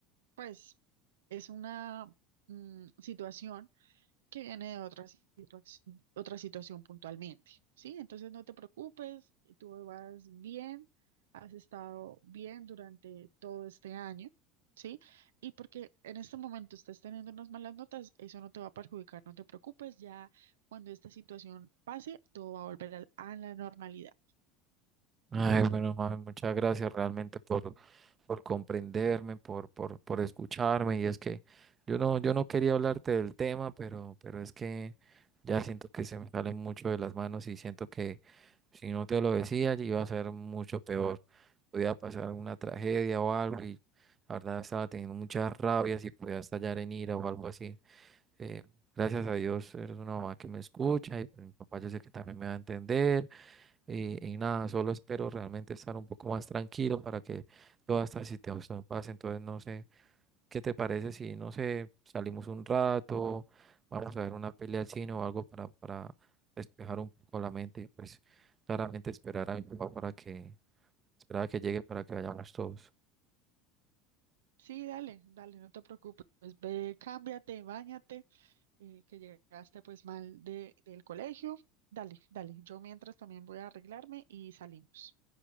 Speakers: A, on the right; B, on the right.
A: pues, es una mm, situación que viene de otra situación, otra situación puntualmente, ¿sí? Entonces no te preocupes, tú vas bien, has estado bien durante todo este año, ¿sí? Y porque en este momento estás teniendo unas malas notas, eso no te va a perjudicar, no te preocupes, ya cuando esta situación pase, todo va a volver al- a la normalidad.
B: Ay, bueno, mami, muchas gracias realmente por por comprenderme, por, por, por escucharme. Y es que yo no, yo no quería hablarte del tema, pero, pero es que ya siento que se me salen mucho de las manos y siento que si no te lo decía, iba a ser mucho peor. Podía pasar una tragedia o algo y la verdad estaba teniendo muchas rabias y podía estallar en ira o algo así. Eh, gracias a Dios eres una mamá que me escucha y pues, mi papá yo sé que también me va a entender. Y, y nada, solo espero realmente estar un poco más tranquilo para que todas estas situaciones pasen. Entonces, no sé, ¿qué te parece si, no sé, salimos un rato, vamos a ver una pelea al cine o algo para, para despejar un poco la mente y pues claramente esperar a mi papá para que, esperar a que llegue para que vayamos todos.
A: Sí, dale, dale, no te preocupes, ve, cámbiate, báñate eh, que llegaste pues mal de, del colegio. Dale, dale. Yo mientras también voy a arreglarme y salimos.